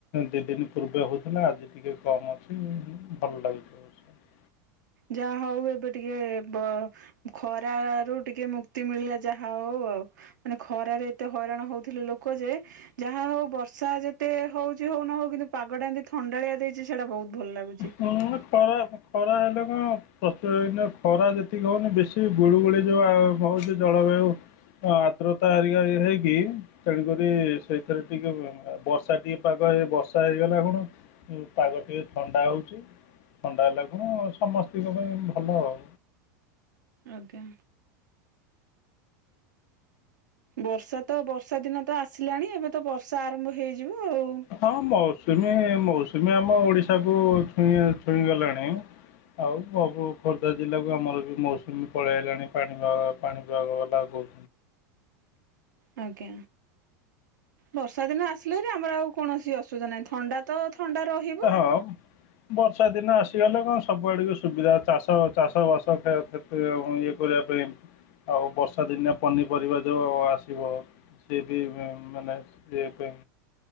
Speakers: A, on the left (about 60°); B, on the right (about 85°).
A: ଦି ଦିନ ପୂର୍ବେ ହଉଥିଲା ଆଜି ଟିକେ କମ ଅଛି ଭଲ ଲାଗୁଛି। ଅବଶ୍ୟ
B: ଯାହା ହଉ ଏବେ ଟିକେ ବ ଖରା ରୁ ଟିକେ ମୁକ୍ତି ମିଳିଲା ଯାହା ହଉ ଆଉ। ମାନେ ଖରାରେ ଏତେ ହଇରାଣ ହଉଥିଲେ ଲୋକ ଯେ ଯାହା ହଉ ବର୍ଷା ଯେତେ ହଉଛି ହଉ ନ ହଉ କିନ୍ତୁ ପାଗଟା ଏମିତି ଥଣ୍ଡାଳିଆ ଦେଇଛି ସେଇଟା ବହୁତ ଭଲ ଲାଗୁଛି।
A: ହଁ ଖରା, ଖରା ହେଲେ କଣ ବର୍ଷା ଦିନେ ଖରା ଯେତିକି ହଉନି ବେଶୀ ଗୁଳିୁଗୁଳି ଯୋଉ ଆ ହଉଛି ଜଳବାୟୁ ହଁ ଆଦ୍ରତା ହେରିକା ୟେ ହେଇକି ତେଣୁ କରି ସେଇଥିରେ ଟିକେ ବର୍ଷା ଟିକେ ପାଗ ହେଇ ବର୍ଷା ହେଇଗଲା ଖୁଣୁ ପାଗ ଟିକେ ଥଣ୍ଡା ହଉଛି, ଥଣ୍ଡା ହେଲା ଖୁଣୁ ସମସ୍ତଙ୍କ ପାଇଁ ଭଲ ଆଉ।
B: ଆଜ୍ଞା ବର୍ଷା ତ ବର୍ଷା ଦିନ ତ ଆସିଲାଣି ଏବେ ତ ବର୍ଷା ଆରମ୍ଭ ହେଇଯିବ ଆଉ।
A: ହଁ ମୌସୁମୀ, ମୌସୁମୀ ଆମ ଓଡିଶାକୁୁ ଛୁଇଁ ଛୁଇଁ ଗଲାଣି। ଆଉ ସବୁ ଖୋର୍ଦ୍ଧା ଜିଲ୍ଲାକୁ ଆମର ବି ମୌସୁମୀ ପଳେଇ ଆଇଲାଣି ପାଣିାଗ ପାଣି ବାଲା ବାହୁ
B: ଆଜ୍ଞା ବର୍ଷା ଦିନ ଆସିଲେ ଯେ ଆମର ଆଉ କୌଣସି ଅସୁ ସୁଧା ନାଇଁ ଥଣ୍ଡା ତ ଥଣ୍ଡା ରହିବ।
A: ହଉ ବର୍ଷା ଦିନ ଆସିଗଲେ କଣ ସବୁଆଡକୁ ସୁବିଧା ଚାଷ ଚାଷ ବାସ୍ ଇଏ କରିବା ପାଇଁ ଆଉ ବର୍ଷା ଦିନିଆ ପନିପରିବା ଯଉ ଆସିବ। ସେଏ ବି ମାନେ ଯେବେ